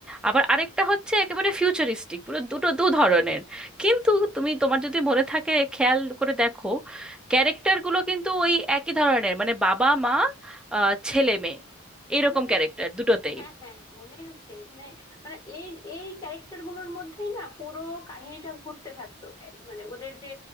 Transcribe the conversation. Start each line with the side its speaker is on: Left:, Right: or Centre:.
Centre: আবার আরেকটা হচ্ছে একেবারে ফিউচারিস্টিক পুরো দুটো দু ধরনের কিন্তু তুমি তোমার যদি মনে থাকে খেয়াল করে দেখো ক্যারেক্টারগুলো কিন্তু ওই একই ধরনের মানে বাবা মা আহ, ছেলে মেয়ে এরকম
Left: হ্যাঁ
Centre: ক্যারেক্টার দুটোতেই
Left: হ্যাঁ হ্যাঁ মনে আছে মানে মানে এই এই ক্যারেক্টার গুলোর মধ্যেই না পুরো কাহিনীটা ঘুরতে থাকতো এই মানে ওদের যে